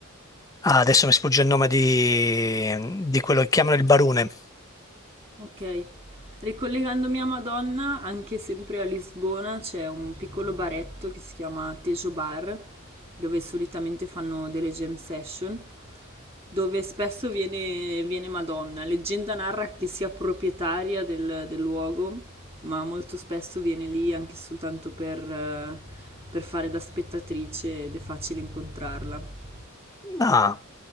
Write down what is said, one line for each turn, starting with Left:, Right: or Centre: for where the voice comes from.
Left: ah, adesso mi sfugge il nome di, di quello che chiamano il barone,
Right: Ok, ricollegandomi a Madonna, anche sempre a Lisbona c'è un piccolo baretto che si chiama Tejo Bar, dove solitamente fanno delle jam session, dove spesso viene, viene Madonna. Leggenda narra che sia proprietaria del, del luogo, ma molto spesso viene lì anche soltanto per, eh, per fare da spettatrice ed è facile incontrarla.
Left: Ah,